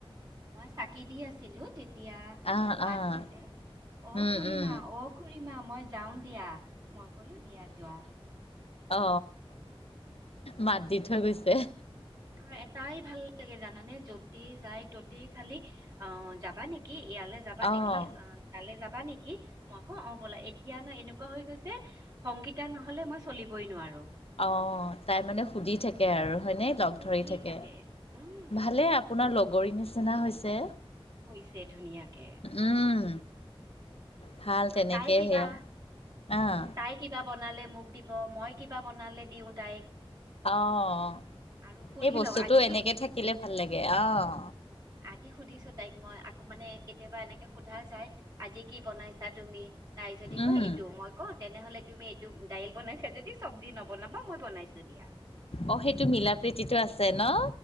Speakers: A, on the right; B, on the left.
A: মই চাকি দি আছিলো। দিয়া
B: আহ
A: মোক মাত
B: আহ
A: দিছে অ
B: উম
A: খুুৰীমা
B: উম
A: অ খুুৰীমা মই যাওঁ দিয়া। মই ক'লোঁ দিয়া যোৱা।
B: অ মাত দি থৈ গৈছে।
A: আৰু এটাই ভাল লাগে জানানে যতে যাই ততে খালি অ যাবা নেকি। কি ইয়ালৈ যাবা
B: অঁ
A: নেকি অ কাললৈ যাবা নেকি। কি মই আক অ ব'লা এতিয়া ন এনেকুৱা হৈ গৈছে সংগীতা নহলে মই চলিবই নোৱাৰো।
B: অ তাই মানে সুধি থাকে আৰু। নে লগ
A: সুধি
B: ধৰি থাকে
A: উম
B: ভালে আপোনাৰ লগৰী নিচিনা হৈছে।
A: ই হৈছে ধুনীয়াকে।
B: উম ভাল তেনেকে
A: আৰু তাই কিবা
B: সেয়া আহ
A: উ তাই কিবা বনালে। মোক দিব মই কিবা বনালে দিওঁ তাইক।
B: অহ
A: আৰু সুধি
B: সেই বস্তুটো
A: লওঁ আজি
B: এনেকে থাকিলে ভাল লাগে অহ।
A: উ আজি সুধিছো তাইক মই আকৌ মানে কেতিয়াবা এনেক। সোধা যায় আজি কি বনাইছা তুমি। তাই যদি কয়
B: উম
A: এইটো মই কওঁ তেনেহলে তুমি এইটো দাইল বনাইছা যদি। চব্জি নবনাবা মই বনাইছো দিয়া।
B: অ সেইটো মিলা প্ৰীতিতটো আছে ন।